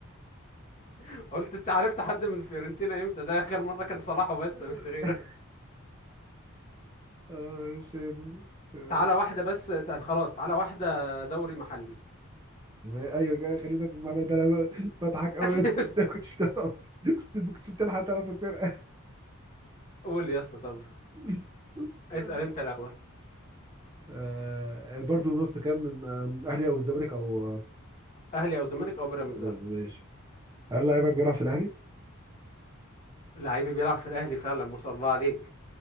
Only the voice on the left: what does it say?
<laughs> قلت انت عرفت حد من فيورنتينا امتى ده اخر مره كان صلاح وبس
ما فيش غيره
<laughs>
تعالى واحده بس تع- خلاص تعالى واحده دوري محلي
<laughs>
قول يا اسطى طب
اسال انت الاول
اهلي او زمالك او بيراميدز
أهو.
لعيبي بيلعب في الاهلي فعلا ما شاء الله عليك